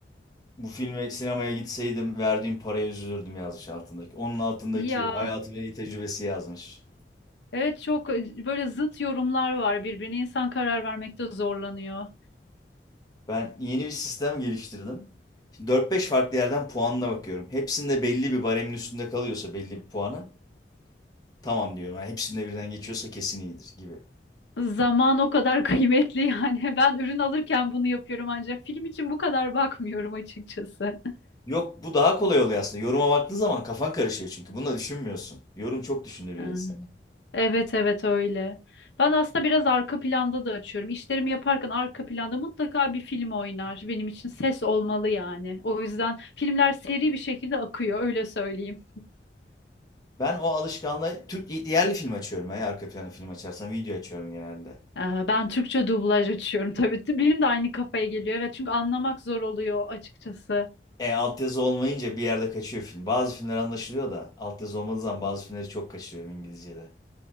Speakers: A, on the left (about 20°); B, on the left (about 85°).
A: Bu filme sinemaya gitseydim verdiğim paraya üzülürdüm yazmış altındaki. Onun altındaki
B: Ya
A: hayatımın en iyi tecrübesi yazmış.
B: evet çok e, böyle zıt yorumlar var birbirine insan karar vermekte zorlanıyor.
A: Ben yeni bir sistem geliştirdim. Şimdi dört beş farklı yerden puanına bakıyorum. Hepsinde belli bir baremin üstünde kalıyorsa belli bir puanın tamam diyorum. Yani hepsinde birden geçiyorsa kesin iyidir gibi.
B: Zaman o kadar kıymetli yani. <laughs> Ben ürün alırken bunu yapıyorum ancak film için bu kadar bakmıyorum açıkçası.
A: Yok bu daha kolay oluyor aslında. Yoruma baktığın zaman kafan karışıyor çünkü. Bunu da düşünmüyorsun. Yorum çok düşündürüyor
B: Ee,
A: insanı.
B: Evet evet öyle. Ben aslında biraz arka planda da açıyorum. İşlerimi yaparken arka planda mutlaka bir film oynar. Benim için ses olmalı yani. O yüzden filmler seri bir şekilde akıyor öyle söyleyeyim.
A: Ben o alışkanlığı Türk yerli film açıyorum. Ben arka plana film açarsam video açıyorum genelde.
B: Ee, Ben Türkçe dublaj açıyorum tabii. Benim de aynı kafaya geliyor. Evet çünkü anlamak zor oluyor açıkçası.
A: E altyazı olmayınca bir yerde kaçıyor film. Bazı filmler anlaşılıyor da altyazı olmadığı zaman bazı filmleri çok kaçırıyorum İngilizce'de.